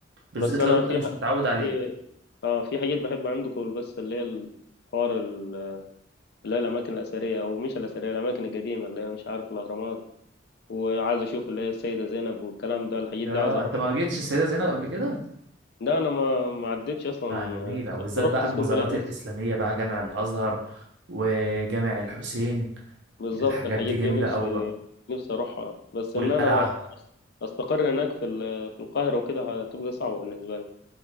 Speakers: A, on the right; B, on the left.
A: بالذات
B: بس انا
A: لو انت
B: في
A: مش
B: ح...
A: متعود عليه
B: في اه في حاجات بحب عندكم بس اللي هي الحوار ال- اللي هي الاماكن الاثريه او مش الاثريه الاماكن القديمه اللي هي مش عارف الاهرامات وعايز اشوف اللي هي السيده زينب والكلام ده الحاجات
A: يا
B: دي عايز اروحها
A: انت ما جيتش السيدة زينب قبل كده
B: ده انا ما ما عدتش اصلا
A: اه جميلة وبالذات
B: رحت
A: بقى
B: اسكندريه
A: المزارات الإسلامية
B: بس
A: بقى جامع الأزهر وجامع الحسين
B: بالظبط
A: الحاجات
B: الحاجات
A: دي جميلة
B: دي نفسي
A: أوي بقى
B: نفسي اروحها بس
A: والقلعة
B: ان انا استقر هناك في ال- في القاهره وكده هتبقى صعبه بالنسبه لي